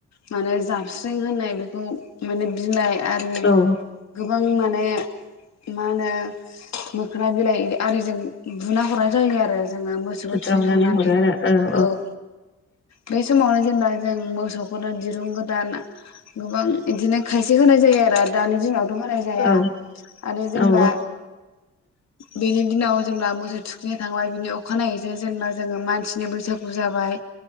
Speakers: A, on the left (about 65°); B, on the left (about 45°).
A: माने जाबस्रिं होनाय बेखौ माने बिलाइ आरो
B: औ
A: गोबां माने मा होनो मोखोना बिलाइ आरिजों बुना हरनाय जायो आरो जो मोसौखौ
B: फोज्रावनानै
A: थुखैखांनानै
B: हरो आरो
A: औ बे समावनो होनब्ला जों मोसौ गोदान दिरुं गोदान गोबां बिदिनो खायसे होनाय जायो आरो दानि दिनावथ' होनाय
B: औ
A: जाया
B: औ
A: आरो जेनेबा
B: औ
A: बेनि दिनाव जे मोसौ थु बिनि थांबाय बिनि अ खानायैजों जेनेबा जोङो मानसिनि बैसागु जाबाय